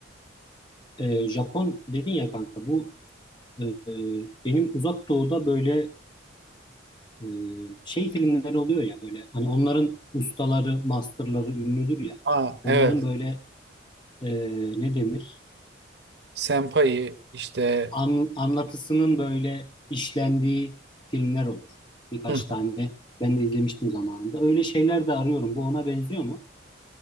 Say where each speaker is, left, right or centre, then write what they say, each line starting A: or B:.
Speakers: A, on the left; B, on the right.
A: Ee, Japon dedin ya kanka bu e, e, benim Uzak Doğu'da böyle e, şey filmleri oluyor ya böyle hani onların ustaları, masterları ünlüdür ya.
B: Aa
A: Onların
B: evet
A: böyle e, ne denir?
B: Senpai işte
A: An- anlatısının böyle işlendiği filmler olur. Birkaç
B: hı,
A: tane ben de izlemiştim zamanında. Öyle şeyler de arıyorum. Bu ona benziyor mu?